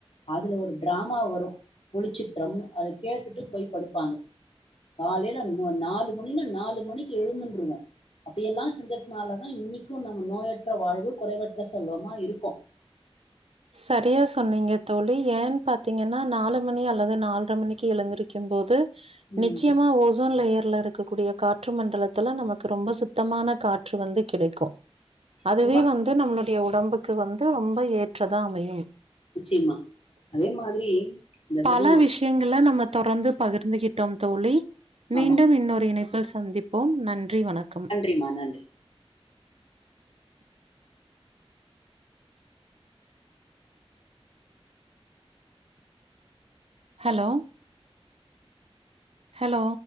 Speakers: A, on the left; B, on the right.
A: அதுல ஒரு டிராமா வரு ஒளிச்சித்ரம்னு அத கேட்டுட்டு போய் படுப்பாங்க காலைல மு நாலு மணினா நாலு மணிக்கு எழுந்துன்ருவோ அப்டியெல்லா செஞ்சத்னாலதா இன்னைக்கு நம்ம நோயற்ற வாழ்வு குறைவற்ற செல்வமா இருக்கோ <inaudible>
B: சரியா சொன்னீங்கத் தோழி ஏன் பாத்தீங்கன்னா நாலு மணிய அலது நால்ர மணிக்கு எழுந்திரிக்கிம்போது
A: ம்
B: நிச்சயமா ஓசோன் லேயர் ல்ல இருக்கக்கூடிய காற்று மண்டலத்தில நமக்கு ரொம்ப சுத்தமான காற்று வந்து கிடைக்கு அதுவே
A: அது மாதிரி
B: வந்து நம்ளுடைய உடம்புக்கு வந்து ரொம்ப ஏற்றதா அமையும்
A: நிச்சயமா அதே மாதிரி இந்த
B: பல
A: வெடி
B: விஷ்யங்கள நம்ம தொடர்ந்துப் பகிர்ந்துகிட்டோம் தோழி மீண்டும்
A: ஆமா
B: இன்னொரு இணைப்பில் சந்திப் போம் நன்றி வணக்கம்.
A: நன்றிமா நன்றி
B: ஹலோ ஹலோ